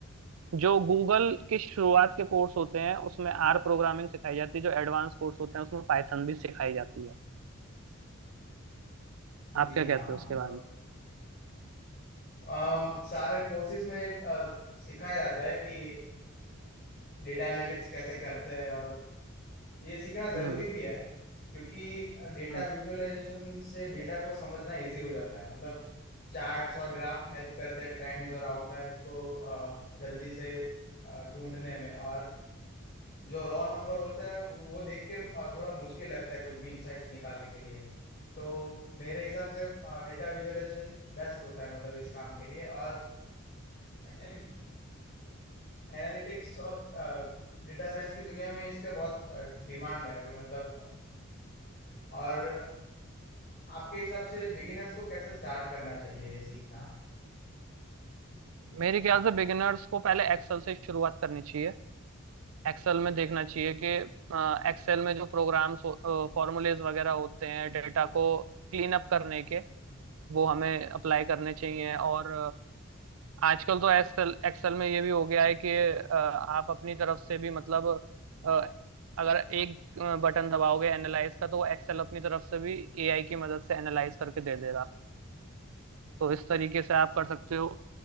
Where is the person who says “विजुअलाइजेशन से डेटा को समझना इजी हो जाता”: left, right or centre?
Left